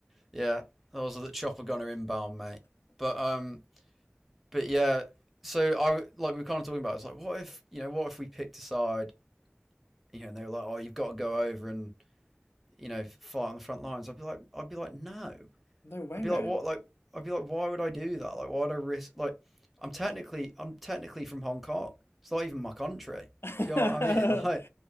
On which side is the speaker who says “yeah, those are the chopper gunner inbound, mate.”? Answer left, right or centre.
Centre